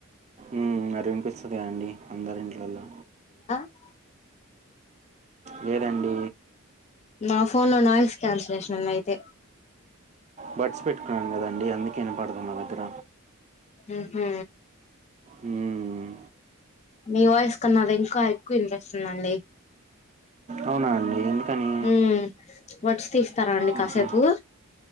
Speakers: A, on the right; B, on the left.
A: ఉమ్ అది వినిపిస్తదదండి, అందరి ఇంట్లల్లో
B: అ
A: లేదండి
B: నా ఫోన్ లో నాయిస్ క్యాన్సల్ చేసినం అయితే
A: బడ్స్ పెట్టుకున్నాను కదండి అందుకే ఇనపడుతుంది నా దగ్గర
B: ఉహు
A: ఉమ్
B: మీ వాయిస్ కన్నా అది ఇంకా ఎక్కువ ఇనిపిస్తుందండి.
A: అవునా అండి ఎందుకని
B: ఉమ్ బర్డ్స్ తీస్తారా అండి
A: మ్హూ.
B: కాసేపు